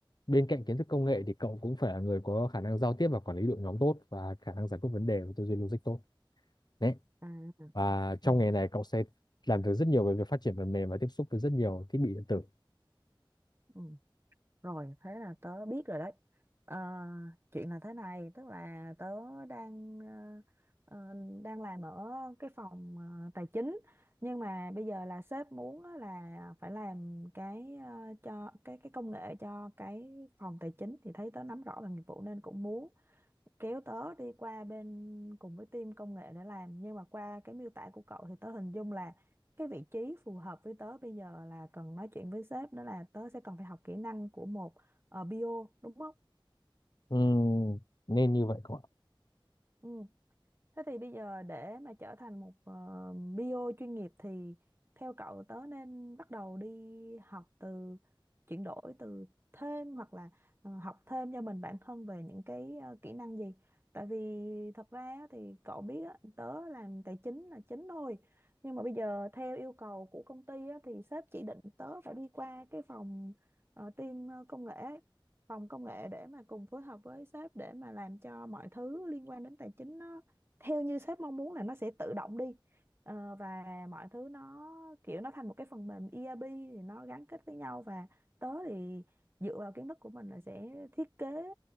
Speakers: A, on the left; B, on the right.
A: bên cạnh kiến thức công nghệ thì cậu cũng phải là người có khả năng giao tiếp và quản lý đội nhóm tốt và khả năng giải quyết vấn đề và tư duy logic tốt đấy
B: à à,
A: và trong
B: ừ
A: nghề này cậu sẽ làm được rất nhiều về việc phát triển phần mềm và tiếp xúc với rất nhiều thiết bị điện tử
B: ừ Rồi, thế là tớ biết rồi đấy. Ờ, chuyện là thế này, tức là tớ đang ờ, ờ, đang làm ở cái phòng ờ, tài chính, nhưng mà bây giờ là sếp muốn á là phải làm cái ờ, cho cái cái công nghệ cho cái phòng tài chính thì thấy tớ nắm rõ về nghiệp vụ nên cũng muốn kéo tớ đi qua bên cùng với team công nghệ để làm nhưng mà qua cái miêu tả của cậu thì tớ hình dung là cái vị trí phù hợp với tớ bây giờ là cần nói chuyện với sếp đó là tớ sẽ cần phải học kỹ năng của một ờ, BO đúng không?
A: ừ, nên như vậy cậu ạ
B: Ừ. Thế thì bây giờ để mà trở thành một ờ, bio chuyên nghiệp thì theo cậu tớ nên bắt đầu đi học từ chuyển đổi từ thêm hoặc là ờ, học thêm cho mình bản thân về những cái ờ, kỹ năng gì? Tại vì thật ra á thì cậu biết á, tớ làm tài chính là chính thôi. Nhưng mà bây giờ theo yêu cầu của công ty á, thì sếp chỉ định tớ phải đi qua cái phòng ờ, team ờ, công nghệ ấy, phòng công nghệ để mà cùng phối hợp với sếp để mà làm cho mọi thứ liên quan đến tài chính theo như sếp mong muốn là nó sẽ tự động đi Ờ, và mọi thứ nó kiểu nó thành một cái phần mềm ERP thì nó gắn kết với nhau và tớ thì dựa vào kiến thức của mình là sẽ thiết kế